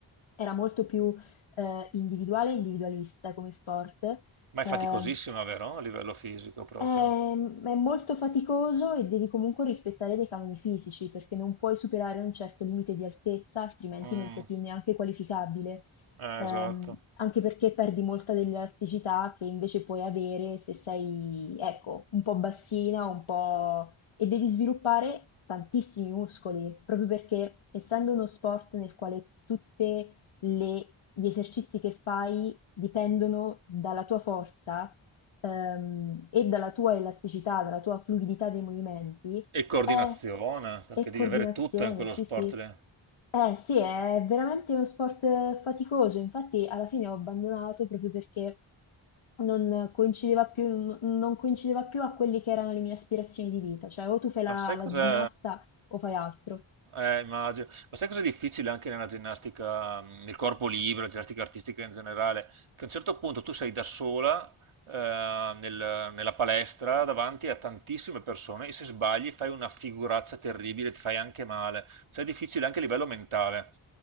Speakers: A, on the left (about 80°); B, on the right (about 85°).
A: era molto più eh, individuale e individualista come sport.
B: Ma è
A: Ehm,
B: faticosissima, vero? A livello fisico proprio.
A: Ehm, è molto faticoso e devi comunque rispettare dei canoni fisici perché non puoi superare un certo limite di altezza, altrimenti
B: Mm,
A: non sei più neanche qualificabile.
B: eh,
A: Ehm,
B: esatto.
A: anche perché perdi molta dell'elasticità che invece puoi avere se sei, ecco, un po' bassina, un po'... e devi sviluppare tantissimi muscoli, proprio perché essendo uno sport nel quale tutte le gli esercizi che fai dipendono dalla tua forza, ehm, e dalla tua elasticità, dalla tua fluidità dei movimenti,
B: E coordinazione,
A: è,
B: perché
A: è coordinazione,
B: devi avere tutto in quello
A: sì,
B: sport
A: sì.
B: lì.
A: Eh sì, è veramente uno sport eh, faticoso, infatti alla fine ho abbandonato proprio perché non coincideva più, n- non coincideva più a quelli che erano le mie aspirazioni di vita, cioè o tu fai la,
B: Ma sai
A: la
B: cos'è?
A: ginnasta o fai altro,
B: Eh, immagino. Ma sai cosa è difficile anche nella ginnastica, mh, nel corpo libero, la ginnastica artistica in generale? Che a un certo punto tu sei da sola eh, nel- nella palestra davanti a tantissime persone e se sbagli fai una figuraccia terribile, ti fai anche male. Cioè è difficile anche a livello mentale.